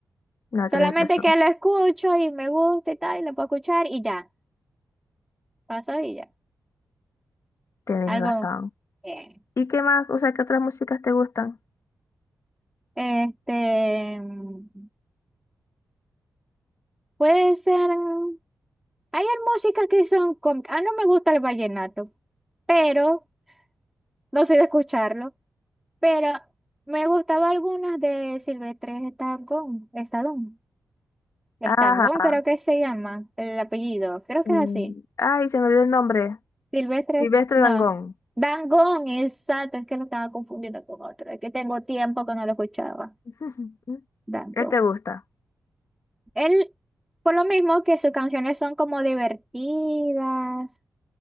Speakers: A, on the left; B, in the centre.
A: no,
B: Solamente
A: tenés razón.
B: que lo escucho y me gusta y tal, y lo puedo escuchar y ya, pasó y ya.
A: Tenés
B: Algo,
A: razón.
B: Bien.
A: ¿Y qué más? O sea, ¿qué otras músicas te gustan?
B: este, mm, puede ser, mm, hay músicas que son, com- ah, no me gusta el vallenato, pero, no soy de escucharlo, pero me gustaba algunas de Silvestre Estangón, Estadón, Estangón
A: Ajá.
B: creo que se llama el apellido, creo
A: mm,
B: que es así,
A: Ay, se me olvidó el nombre.
B: Silvestre,
A: Silvestre
B: no,
A: Dangond.
B: Dangón, exacto, es que lo estaba confundiendo con otro, es que tengo tiempo que no lo escuchaba,
A: <laughs>
B: Dangón.
A: Él te gusta.
B: Él, por lo mismo que sus canciones son como divertidas,